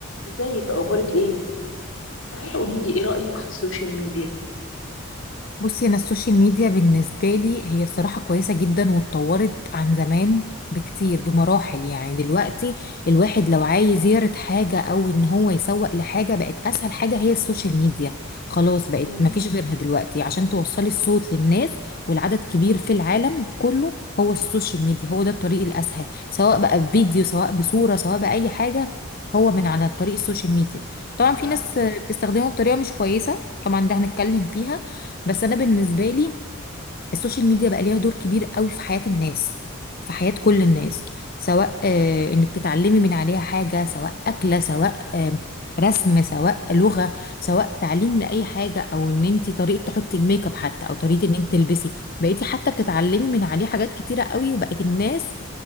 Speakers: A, on the left (about 75°); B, on the left (about 45°).
A: ازيك اخبارك ايه صحيح قولي لي ايه رأيك في السوشيال ميديا
B: بصي انا السوشيال ميديا بالنسبه لي هي الصراحه كويسه جدا واتطورت عن زمان بكتير بمراحل يعني دلوقتي الواحد لو عايز يعرض حاجه او ان هو يسوق لحاجه بقت اسهل حاجه هي السوشيال ميديا خلاص بقت
A: امم
B: مفيش غيرها دلوقتي عشان توصلي الصوت للناس والعدد كبير في العالم كله هو السوشيال ميديا هو ده الطريق الاسهل سواء بقى بفيديو سواء بصوره سواء باي حاجه هو من على طريق السوشيال ميديا طبعا في
A: صح
B: ناس بتستخدمه بطريقه مش كويسه طبعا ده هنتكلم فيها بس انا بالنسبه لي السوشيال ميديا بقى ليها دور كبير قوي في حياه الناس في حياه كل الناس سواء آه انك تتعلمي من عليها حاجه سواء اكله سواء آه رسم سواء لغه سواء تعليم لاي حاجه او ان انت طريقه تحطي الميك اب حتى او طريقه ان انت تلبسي بقيتي حتى بتتعلمي من عليه حاجات كتيره قوي وبقت الناس